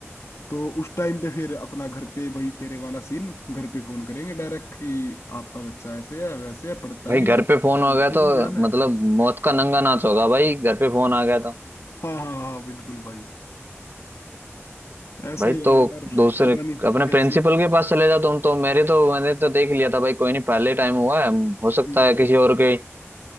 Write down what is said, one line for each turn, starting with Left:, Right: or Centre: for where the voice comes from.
Left: तो उस टाइम पे फिर अपना घर पे वही तेरे वाला सीन घर पे फोन करेंगे डायरेक्ट कि आपका बच्चा ऐसे है वैसे है पढ़ता
Right: भाई
Left: नहीं
Right: घर
Left: है शरारते
Right: पे फोन हो गया तो
Left: भी ध्यान है
Right: मतलब मौत का नंगा नाच होगा भाई घर पे फोन आ गया तो
Left: हाँ हाँ हाँ बिल्कुल भाई ऐसा
Right: भाई
Left: ही
Right: तो
Left: है यार पता
Right: दूसरे
Left: नहीं
Right: अपने
Left: कैसे
Right: प्रिंसिपल के पास चले जाओ तुम तो मेरे तो मैंने तो देख लिया था भाई कोई नहीं पहले टाइम हुआ है हो सकता
Left: हम्म।
Right: है किसी और के